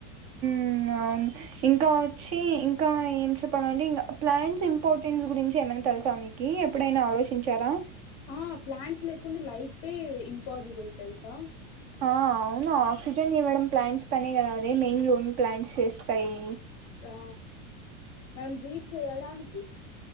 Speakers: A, on the right; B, on the left.
A: ఇంగ అవును ఇంకా వచ్చి ఇంకా ఏం చెప్పాలంటే ఇంకా ప్లాంట్స్ ఇంపార్టెంట్స్ గురించి ఏమైనా తెలుసా మీకి ఎప్పుడైనా ఆలోచించారా.
B: ఆ ప్లాన్ట్స్ కుండి లైఫే ఇంపాసిబుల్ తెలుసా
A: ఆ అవును ఆక్సిజన్ ఇవ్వడం ప్లాంట్స్ పనే కదా అదే మెయిన్ లోన్ ప్లాంట్స్ చేస్తాయి
B: ఆ మనం బ్రీచ్ చేయడానికి